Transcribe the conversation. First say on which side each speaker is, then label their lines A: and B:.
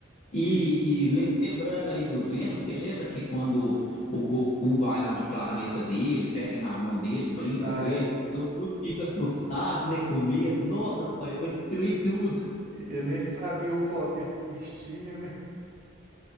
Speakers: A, on the left; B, on the right.
A: E,
B: Isso.
A: e lembrando aí do Zeno, você lembra que quando o Goku vai lá no planeta dele, pega na mão dele, brinca
B: Ah,
A: com
B: é.
A: ele, todo mundo fica assustado, né, com medo. Nossa, cara, eu vou destruir tudo.
B: Eu nem sabia o poder que o bicho tinha, né?